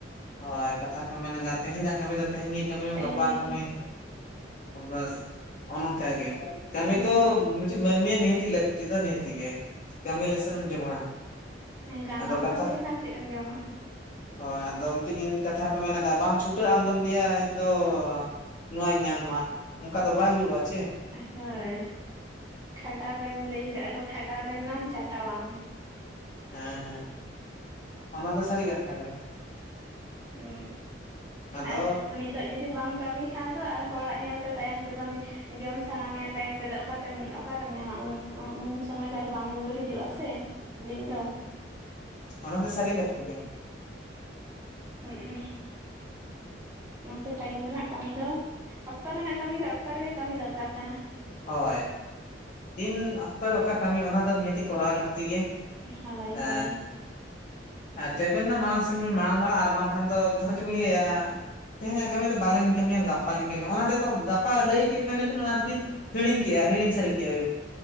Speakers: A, on the left; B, on the right.
A: ᱦᱳᱭ ᱠᱟᱛᱷᱟ ᱨᱮᱠᱚ ᱢᱮᱱᱟ ᱡᱮ ᱛᱤᱦᱮᱧᱟᱜ ᱠᱟᱹᱢᱤ ᱫᱚ ᱛᱮᱦᱮᱧ ᱜᱮ ᱠᱟᱹᱢᱤᱭ
B: ᱛᱮᱦᱮᱧ
A: ᱢᱮ ᱜᱟᱯᱟᱣᱟᱜ
B: ᱜᱮ
A: ᱠᱟᱹᱢᱤ ᱩᱢᱵᱟᱹᱥ ᱚ ᱱᱚᱝᱠᱟ ᱜᱮ ᱠᱟᱹᱢᱤ
B: ᱦᱩᱸ
A: ᱫᱚ
B: ᱦᱩᱸ
A: ᱢᱤᱫᱴᱤᱡ ᱢᱟᱹᱱᱢᱤᱭᱟᱜ ᱱᱤᱦᱟᱹᱛᱤ ᱞᱟᱹᱠᱛᱤ ᱫᱚ ᱱᱤᱦᱟᱹᱛᱤ ᱜᱮ᱾ ᱠᱟᱹᱢᱤ ᱞᱮᱥᱮᱢ ᱡᱚᱢᱟ᱾
B: ᱮᱸ ᱠᱟᱱ
A: ᱟᱫᱚ
B: ᱵᱟᱢ
A: ᱠᱟᱛᱷᱟ
B: ᱠᱟᱹᱢᱤ ᱞᱮᱠᱷᱟᱱ ᱪᱮᱫ ᱮᱢ ᱡᱚᱢᱟ᱾
A: ᱦᱳᱭ ᱟᱫᱚ ᱢᱤᱫᱴᱤᱡ ᱤᱱ ᱠᱟᱛᱷᱟ ᱨᱮᱠᱚ ᱢᱮᱱᱟ ᱠᱟ ᱵᱟᱢ ᱪᱷᱩᱴᱟᱹᱜᱼᱟ ᱟᱢᱫᱚᱢ ᱞᱟᱹᱭᱟ ᱤᱧ ᱫᱚ ᱱᱚᱣᱟᱧ ᱧᱟᱢ ᱢᱟ ᱱᱚᱠᱟ ᱫᱚ ᱵᱟᱝ ᱦᱩᱭᱩᱜᱼᱟ ᱪᱮ᱾
B: ᱦᱳᱭ ᱠᱷᱟᱴᱟᱣ ᱞᱮᱱ ᱞᱟᱹᱭ ᱠᱟᱜᱼᱟ ᱠᱚ ᱠᱷᱟᱴᱟᱣ ᱞᱮᱱ ᱱᱟᱢ ᱪᱟᱴᱟᱣᱟᱢ
A: ᱦᱮᱸ ᱦᱮᱸ ᱚᱱᱟ ᱫᱚ ᱥᱟᱹᱨᱤ ᱠᱟᱛᱷᱟ ᱜᱮ
B: ᱩ
A: ᱟᱫᱚ
B: ᱟᱨ ᱩᱱᱤ ᱱᱤᱛᱚᱜ ᱡᱩᱫᱤ ᱵᱟᱢ ᱠᱟᱹᱢᱤ ᱠᱷᱟᱱ ᱫᱚ ᱟᱨ ᱦᱚᱲᱟᱜ ᱧᱮᱞ ᱛᱮ ᱛᱟᱭᱚᱢ ᱛᱮ ᱫᱚᱢ ᱡᱚᱢ ᱥᱟᱱᱟ ᱢᱮᱭᱟ ᱛᱟᱭᱚᱢ ᱛᱮᱫᱚ ᱚᱠᱟᱛᱮᱢ ᱚᱠᱟᱨᱮᱢ ᱧᱟᱢᱟ ᱩᱱ ᱥᱩᱢᱟᱹᱭ ᱫᱚ ᱟᱨ ᱵᱟᱝ ᱨᱩᱣᱟᱹᱲ ᱦᱤᱡᱩᱜ ᱟᱥᱮ ᱫᱤᱱ ᱫᱚ᱾
A: ᱚᱱᱟ ᱫᱚ ᱥᱟᱹᱨᱤ ᱠᱟᱛᱷᱟ ᱜᱮ᱾
B: ᱦᱩᱜ-ᱩ᱾ ᱚᱱᱟᱛᱮ ᱴᱟᱭᱤᱢ ᱨᱮᱱᱟᱜ ᱠᱟᱹᱢᱤ ᱫᱚ, ᱚᱠᱛᱚ ᱨᱮᱱᱟᱜ ᱠᱟᱹᱢᱤ ᱫᱚ ᱚᱠᱛᱚ ᱨᱮ ᱜᱮ ᱠᱟᱹᱢᱤ ᱫᱚᱨᱠᱟᱨ ᱠᱟᱱᱟ᱾
A: ᱦᱳᱭ ᱛᱤᱱ ᱚᱠᱛᱚ ᱨᱮ ᱚᱠᱟ ᱠᱟᱹᱢᱤ ᱚᱱᱟ ᱫᱚ ᱱᱤᱦᱟᱹᱛᱤ ᱠᱚᱨᱟᱣ ᱞᱟᱹᱠᱛᱤ ᱜᱮ
B: ᱦᱳᱭ
A: ᱮᱻ
B: ᱦᱳᱭ
A: ᱟᱨ ᱪᱮᱫ ᱵᱮᱱ ᱱᱟ ᱢᱟᱲᱟᱲ ᱥᱮᱱ ᱵᱮᱱ ᱢᱟᱲᱟᱝ ᱫᱟᱲᱮᱜᱟ ᱟᱨ ᱵᱟᱝᱠᱷᱟᱱ ᱫᱚ ᱫᱷᱚᱨᱚ ᱪᱮᱫ ᱵᱤᱱ ᱞᱟᱹᱭ ᱟ ᱛᱮᱦᱮᱧᱟᱜ ᱠᱟᱹᱢᱤ ᱫᱚ ᱵᱟᱞᱤᱧ ᱠᱟᱹᱢᱤᱭᱟ ᱜᱟᱯᱟᱞᱤᱧ ᱠᱟᱹᱢᱤᱭᱟ ᱚᱱᱟ ᱛᱮᱫᱚ ᱜᱟᱯᱟ ᱞᱟᱹᱭ ᱠᱮᱜ ᱢᱮᱱᱵᱤᱱ ᱚᱱᱟ ᱫᱚᱵᱤᱱ ᱦᱤᱲᱤᱧ ᱠᱮᱜᱼᱟ ᱦᱤᱲᱤᱧ ᱥᱟᱹᱨᱤ ᱠᱮᱜᱼᱟ ᱵᱤᱱ